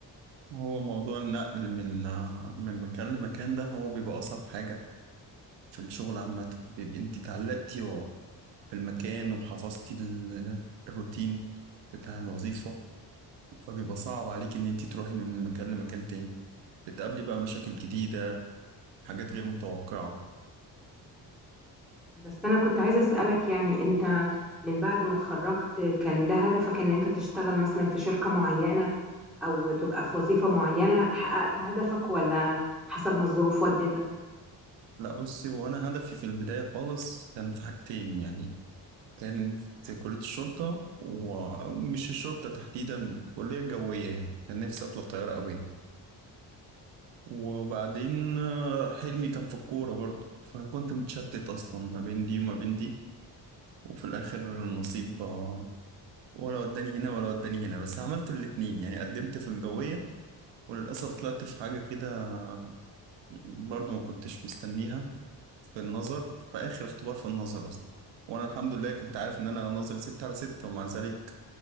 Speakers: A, on the right; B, in the centre.
A: هو موضوع النقل من من مكان لمكان ده هو بيبقى اصعب حاجه في الشغل عامه بيبقى انت اتعلقتي و- بالمكان وحفظتي ال- الروتين بتاع الوظيفه فبيبقى صعب عليك ان انت تروحي من مكان لمكان تاني بتقابلي بقى مشاكل جديده حاجات غير متوقعه
B: بس أنا كنت عايزة أسألك يعني أنت من بعد ما اتخرجت كان ده هدفك إن أنت تشتغل مثلا في شركة معينة أو تبقى في وظيفة معينة حققت هدفك ولا حسب ما الظروف ودتك
A: لا بصي هو انا هدفي في البدايه خالص كان في حاجتين يعني كانت كلية الشرطة ومش الشرطة تحديدا كلية جوية يعني كان نفسي أطلع طيار أوي وبعدين آه، حلمي كان في الكورة برضه فكنت متشتت أصلا ما بين دي وما بين دي وفي الآخر النصيب آه، ولا وداني هنا ولا وداني هنا بس عملت الاتنين يعني قدمت في الجوية وللأسف طلعت في حاجة كده برضه ما كنتش مستنيها في النظر في آخر اختبار في النظر أصلا وأنا الحمد لله كنت عارف إن أنا نظري ستة على ستة ومع ذلك